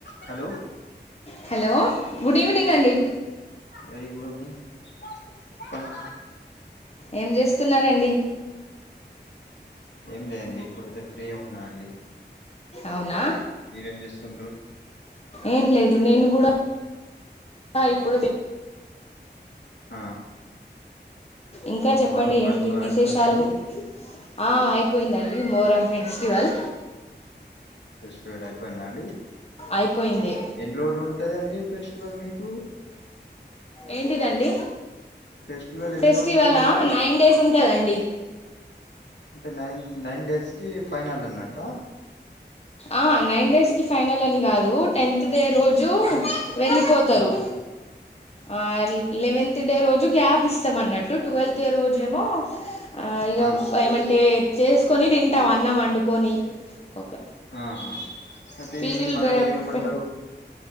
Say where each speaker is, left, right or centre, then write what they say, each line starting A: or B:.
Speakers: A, on the left (about 75°); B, on the left (about 35°).
A: Hello
B: hello good evening అండి
A: very good evening చెప్పండి
B: ఏం చేస్తున్నారండి
A: ఏం లేదండి ఇప్పుడైతే ఫ్రీ ఉన్నా అండి
B: అవునా
A: మీరేం చేస్తుండ్రు
B: ఏం లేదు నేను కూడా ఇప్పుడు
A: ఆ
B: ఇంకా
A: ఈ
B: చెప్పండి
A: మొహరం పండుగ
B: ఏంటి విశేషాలు
A: అయిపోయిందా అండి
B: ఆ అయిపోయిందండి మొహరం ఫెస్టివల్
A: ఫెస్టివేల్ అయిపోయింద అండి
B: అయిపోయింది
A: ఎన్ని రోజులు ఉంటది అండి ఫెస్టివల్ మీకు
B: ఏంటిదండి
A: ఫెస్టివల్ ఎన్ని
B: ఫెస్టివలా
A: రోజులు ఉంటది ఇది
B: నైన్ డేస్ ఉంటదండి
A: అంటే నైన్ నైన్ డేస్ కి ఫైనల్ అన్నట్ట
B: ఆ నైన్ డేస్ కి ఫైనల్ అని కాదు టెన్త్ డే రోజు వెళ్ళిపోతారు
A: ఆ
B: ఆ వేల్ లెవెన్త్ డే రోజు గ్యాప్ ఇస్తామన్నట్టు ట్వెల్త్ డే రోజు ఏమో ఇక
A: ఆ
B: ఏమంటే చేసుకొని తింటాం అన్నం వండుకొని ఒక
A: ఆహా అతే
B: పీరీలు
A: మన
B: బె
A: ఏమంటారు
B: పె